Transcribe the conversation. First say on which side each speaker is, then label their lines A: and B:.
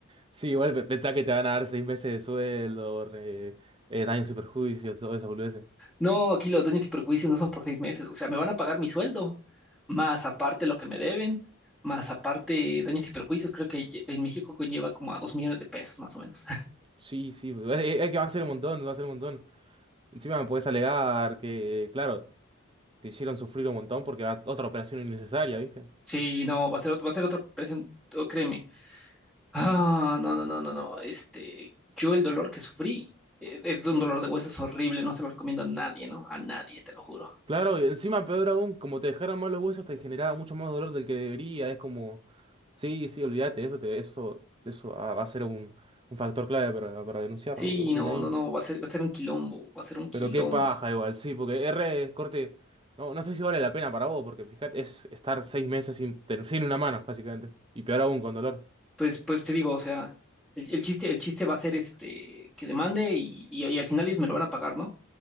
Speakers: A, on the right; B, in the centre.
A: Sí, igual pe- pensá que te van a dar seis meses de sueldo, re- eh, daños y perjuicios, todo eso, boludeces.
B: No, aquí los daños y perjuicios no son por seis meses, o sea, me van a pagar mi sueldo, más aparte lo que me deben, más aparte daños y perjuicios, creo que en México conlleva como a dos millones de pesos, más o menos.
A: Sí, sí, es, es que va a ser un montón, va a ser un montón. Encima me puedes alegar que, claro, te hicieron sufrir un montón porque va otra operación innecesaria, ¿viste?
B: Sí, no, va a ser, ot- va a ser otra presión, oh, créeme. Ah, no, no, no, no, no. Este, yo el dolor que sufrí eh, es un dolor de huesos horrible, no se lo recomiendo a nadie, ¿no? A nadie, te lo juro.
A: Claro, y encima peor aún, como te dejaron mal los huesos, te generaba mucho más dolor del que debería. Es como, sí, sí, olvídate, eso te, eso, eso ah, va a ser un, un factor clave para, para denunciarlo,
B: Sí,
A: boludo. Bien
B: no,
A: ahí.
B: no, no, va a ser, va a ser un quilombo, va a ser un quilombo.
A: Pero qué paja igual, sí, porque R, corte, no, no sé si vale la pena para vos, porque fíjate, es estar seis meses sin, pero sin una mano, básicamente. Y peor aún, con dolor.
B: Pues, pues te digo, o sea, el, el chiste, el chiste va a ser este, que demande y, y, y al final ellos me lo van a pagar, ¿no?